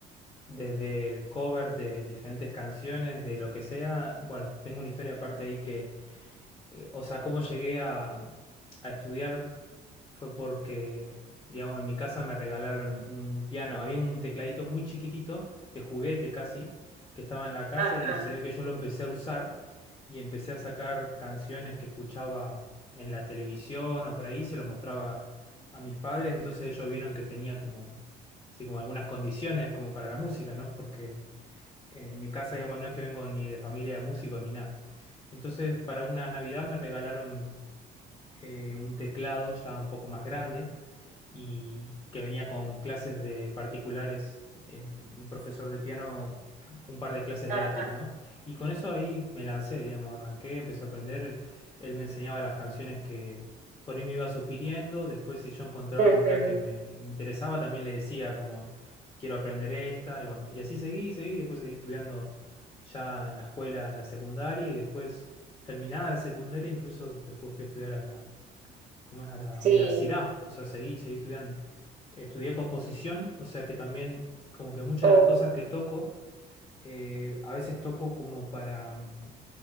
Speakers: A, on the left (about 20°); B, on the right (about 45°).
A: desde covers de diferentes canciones, de lo que sea. Bueno, tengo una historia aparte ahí eh, o sea, cómo llegué a, a estudiar fue porque, digamos, en mi casa me regalaron un piano. Había un tecladito muy chiquitito, de juguete casi, que estaba en la casa
B: Ajá,
A: y se ve que yo lo empecé a usar y empecé a sacar canciones que escuchaba en la televisión o por ahí, se lo mostraba a mis padres, entonces ellos vieron que tenía como, así como algunas condiciones como para la música, ¿no? Porque en mi casa, digamos, no es que vengo ni de familia de músicos ni nada. Entonces, para una Navidad me regalaron eh, un teclado ya un poco más grande y que venía con clases de particulares, eh, un profesor de piano, un par de clases
B: ajá,
A: gratis, ¿no? Y con eso ahí me lancé, digamos, arranqué, empecé a aprender, él me enseñaba las canciones que por ahí me iba sugiriendo, después si yo encontraba
B: ujú,
A: alguna que me interesaba, también le decía como, quiero aprender esta, y bueno, y así seguí, seguí, después seguí estudiando ya en la escuela, en la secundaria, y después terminada la secundaria, incluso después fui a estudiar a la ¿cómo es? a la
B: sí,
A: universidad, o sea, seguí, seguí estudiando. Eh, Estudié composición, o sea que también como que muchas
B: o,
A: de las cosas que toco, eh, a veces toco como para, mm,